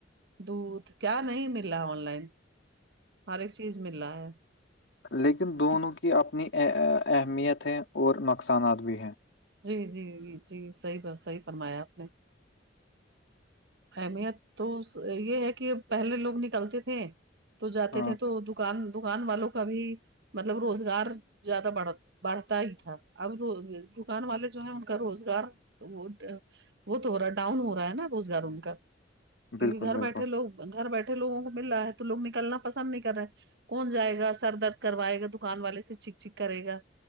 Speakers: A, on the right; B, on the left.
A: دودھ کیا نہیں ملا آن لائن ہر ایک چیز مل رہا ہے
B: لیکن دونوں کی اپنی اہمیت ہے اور نقصانات بھی ہیں
A: جی جی جی جی صحیح ب صحیح فرمایا آپ نے اہمیت تو یہ ہے کہ پہلے لوگ نکلتے تھے تو جاتے
B: ہاں
A: تھے تو د دکان دکان والوں کا بھی مطلب روزگار زیادہ بڑ بڑھتا ہی تھا اب دکان والے جو ہے ان کا روزگار وہ وہ تو ہو رہا ہے ڈاؤن ہو رہا ہے نا روزگار ان کا کیونکہ
B: بالکل
A: گھر
B: بالکل
A: بیٹھے لوگ گھر بیٹھے لووں کو مل رہا ہے تو لوگ نکلنا پسند نہیں کر رہے کون جائے گا سر درد کروائے گا دکان والے سے چیک چک کرے گا